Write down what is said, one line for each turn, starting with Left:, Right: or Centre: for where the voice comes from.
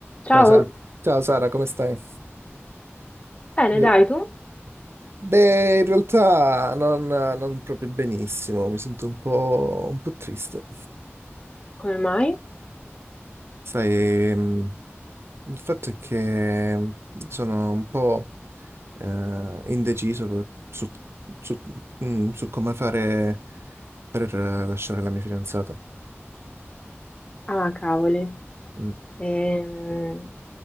Left: Ciao,
Right: Ciao, Sa- Ciao Sara, come stai?
Left: bene,
Right: Io-
Left: dai tu?
Right: Beh, in realtà non, non proprio benissimo, mi sento un po', un po' triste.
Left: Come mai?
Right: Sai, ehm, il fatto è che sono un po' eh, indeciso per- su, su- mm, su come fare per lasciare la mia fidanzata.
Left: Ah, cavoli.
Right: Mm,
Left: Ehm,